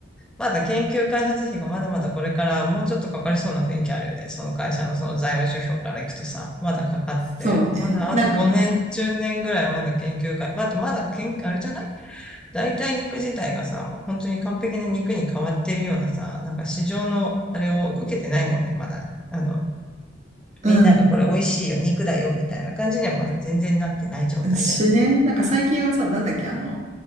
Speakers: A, in the centre; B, on the right (about 40°).
A: まだ研究開発費がまだまだこれからもうちょっとかかりそうな雰囲気あるよね。その会社のその財務諸表からいくとさ、まだかかって、
B: そうね。
A: まだあと5年、
B: なんか、
A: 10年ぐらいはまだ研究開、まだ、まだ研、あれじゃない代替肉自体がさ、もう本当に完璧な肉に変わってるようなさ、なんか市場のあれを受けてないもんね、まだ。あの、
B: うん。
A: みんながこれ美味しいよ、肉だよ、みたいな感じにはまだ全然なってない状態だよね。
B: しね、なんか最近はさ、なんだっけ、あの、